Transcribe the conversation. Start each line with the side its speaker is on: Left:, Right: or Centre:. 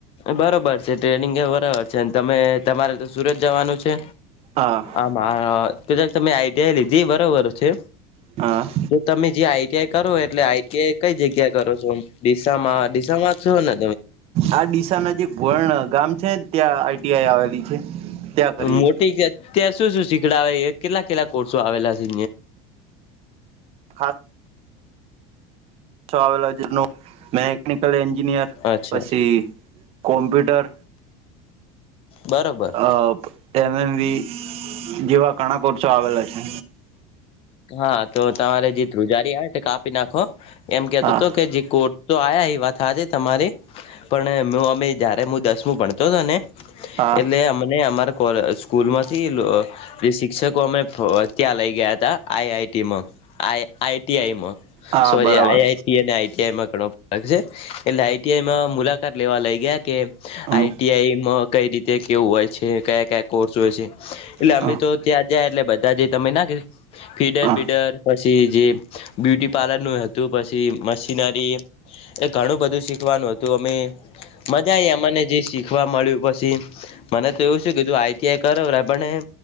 Left: બરોબર છે ટ્રેનિંગ એ બરાબર છે તમે તમારે તો સુરત જવાનું છે.
Right: હા
Left: આમાંજ તમે આઈટી લધી બરોબર છે.
Right: <inaudible>
Left: જો તમે જે આઈટીઆઈ કરો એટલે આઈટીઆઈ કઈ જગ્યા કરો છો ડીસામાં તમા છોને
Right: આ ડીસા નજીક ઘોણ ગામ છે ત્યાં આઈટીઆઈ આવેલી છે ત્યાં કરી.
Left: મોટી ત્યાં શું શું શીખડાવે કેટલા કેટલા કોર્સ આવેલા છે
Right: ખાસ ખાસ તો આવેલો ન મેકેનિકલ એન્જિનિયર
Left: અચ્છા
Right: પછી કોમ્પ્યુટર.
Left: બરોબર
Right: અ એમએમવી જેવા કણાકોસો આવેલા છે.
Left: હા તો તમારે જે ધ્રુજારી આવે તે કાપી નાખો એમ કેતોતો
Right: હા
Left: કે જે કો તો આયા એ વાત હાચી તમારી પણ હ અમે જયારે હું દસમું ભણતો હતો ને
Right: હા
Left: એટલે અમને અમારા સ્કૂલ માંથી લો જે શિક્ષકો અમે ત્યાં લઈ ગયા હતા. આઈઆઈટીમાં આઈટીઆઈમાં
Right: હા
Left: સોરી
Right: બરાબર
Left: આઈ આઈટી અને આઈટીઆઈમાં ઘણો ફરક છે એટલે આઈટીઆઈમાં મુલાકાત લેવા લઈ ગયા કે
Right: હમ
Left: આઈટીઆઈમાં કઈ રીતે કેવું હોય છે કયા કોર્સ હોય છે એટલે અમે
Right: હ
Left: તો ત્યાં જયા એટલે બધા જ તમે ના કે ફીડર
Right: હા
Left: બીડર પછી જે બ્યુટી પાર્લર નું હતું પછી મશીનરી એ ઘણું બધું શીખવાનું હતું અમે મજા આવી અમને જે શીખવા મળ્યું પછી મને તો એવું શુ કે તું આઈટીઆઈ કર પણ